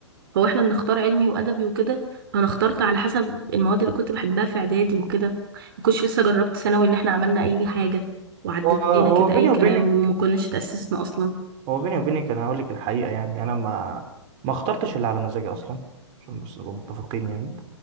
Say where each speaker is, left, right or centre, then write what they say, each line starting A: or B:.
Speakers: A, on the right; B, on the right.
A: هو احنا بنختار علمي وادبي وكده انا اخترت على حسب المواد اللي كنت بحبها في اعدادي وكده ما كنتش لسه جربت ثانوي ان احنا عملنا اي حاجه وعدينا
B: هو هو
A: كده
B: بيني
A: اي
B: وبينك
A: كلام وما كناش تاسسنا اصلا
B: هو بيني وبينك انا هقول لك الحقيقه يعني انا ما ما اخترتش اللي على مزاجي اصلا عشان بس نبقى متفقين يعني